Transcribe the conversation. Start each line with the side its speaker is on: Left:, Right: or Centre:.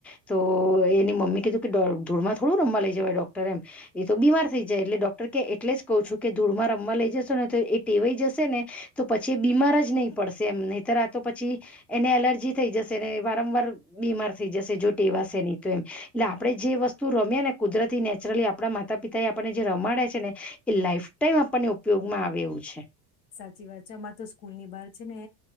Centre: તો એની મમ્મી કીધું કે ધૂળમાં થોડું રમવા લઈ જવાય ડોક્ટર એમ એ તો બીમાર થઇ જાય એટલે ડોક્ટર કે એટલે જ કઉ છું કે ધૂળમાં રમવા લઈ જ સે ને તો એ ટેવાઈ જશે ને તો પછી એ બીમાર જ નઈ પડશે એમ નહીતર આ તો પછી એને એલર્જી થઈ જશે ને વારંવાર બીમાર થઈ જશે જો ટેવાસે નઈ તો એમ ને આપડે જે વસ્તુ રમ્યે ને કુદરતી નેચરલી આપડા માતા પિતા એ આપણને જે રમાડે છે ને એ લાઈફ ટાઈમ આપણને ઉપયોગમાં આવે એવું છે.
Left: સાચી વાત છે અમાર તો સ્કૂલ ની બહાર છે ને